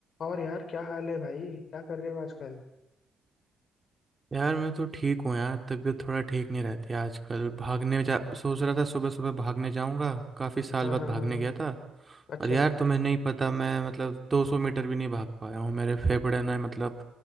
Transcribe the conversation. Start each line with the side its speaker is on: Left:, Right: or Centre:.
Left: और यार क्या हाल है भाई क्या कर रहे हो आजकल
Right: यार मैं तो ठीक हूँ यार तबीयत थोड़ा ठीक नहीं रहती आजकल भागने जा सोच रहा था सुबह सुबह भागने जाऊंगा काफ़ी साल
Left: हाँ
Right: बाद
Left: हाँ
Right: भागने
Left: हाँ हाँ
Right: गया था
Left: अच्छा
Right: और यार तुम्हें नहीं पता मैं मतलब 200 मीटर भी नहीं भाग पाया हूँ मेरे फेफड़े ने मतलब